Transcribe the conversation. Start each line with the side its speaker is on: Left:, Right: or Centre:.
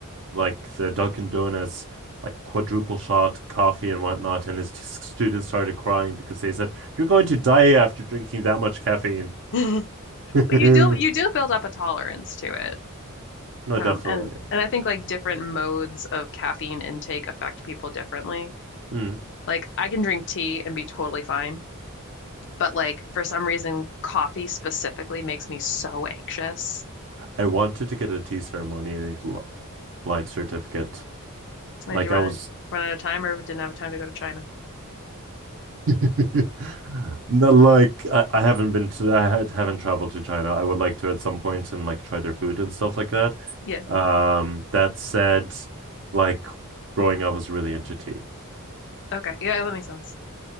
Right: like the Dunkin' Donuts, like quadruple shot coffee and whatnot, and his students started crying because they said, "You're going to die after drinking that much caffeine."
Left: <laughs>
Right: <laughs> yeah,
Left: But you do you do build up a tolerance to it.
Right: no,
Left: Um,
Right: definitely.
Left: and and I think like different modes of caffeine intake affect people differently.
Right: Mm.
Left: Like I can drink tea and be totally fine, But like for some reason, coffee specifically makes me so anxious.
Right: I wanted to get a tea ceremony like certificate.
Left: Did
Right: Like
Left: you
Right: I
Left: run
Right: was
Left: run out of time or didn't have time to go to China?
Right: <laughs> No, like I, I haven't been to I had, haven't traveled to China. I would like to at some point and like try their food and stuff like that.
Left: Yeah.
Right: Um, that said, like growing up I was really into tea.
Left: Okay. Yeah, that makes sense.